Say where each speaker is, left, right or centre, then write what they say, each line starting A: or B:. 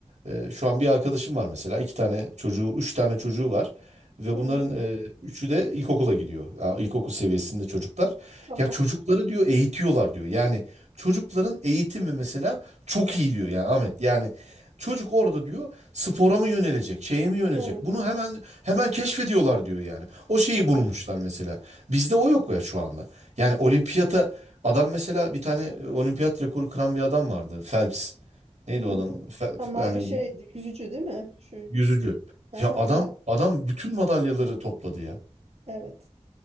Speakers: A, on the right (about 75°); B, on the right (about 60°).
A: Ee, şu an bir arkadaşım var mesela. iki tane çocuğu, üç tane çocuğu var. Ve
B: Hı
A: bunların
B: hı.
A: e, üçü de ilkokula gidiyor. Ya, ilkokul seviyesinde çocuklar.
B: Tamam.
A: Ya çocukları diyor eğitiyorlar diyor. Yani çocukların eğitimi mesela çok iyi diyor yani Ahmet. Yani çocuk orada diyor spora mı yönelecek, şeye mi yönelecek?
B: Evet.
A: Bunu hemen hemen keşfediyorlar diyor yani. O şeyi
B: Evet.
A: bulmuşlar mesela. Bizde o yok ya şu anda. Yani olimpiyata Adam mesela bir tane e, olimpiyat rekoru kıran bir adam vardı. Phelps. Neydi
B: Hı
A: o adam?
B: hı.
A: Fe-
B: Ama
A: yani
B: şeydi
A: bir
B: yüzücü değil mi? Şu
A: yüzücü.
B: aha,
A: Ya adam
B: ama
A: adam bütün madalyaları topladı ya.
B: evet.